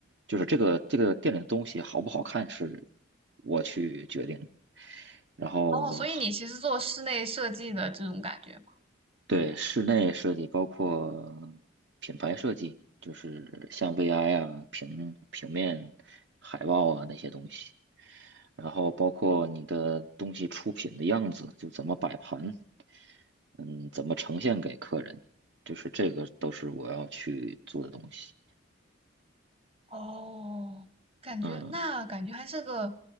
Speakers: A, on the right; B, on the right.
A: 就是这个这个店里的东西好不好看是我去决定，然后
B: 哦，所以你其实做室内设计的这种感觉吗？
A: 对室内设计包括品牌设计，就是像 VI 啊、平平面、海报啊那些东西，然后包括你的东西出品的样子，就怎么摆盘，嗯，怎么呈现给客人，就是这个都是我要去做的东西，
B: 哦，感觉那感觉还是个
A: 嗯。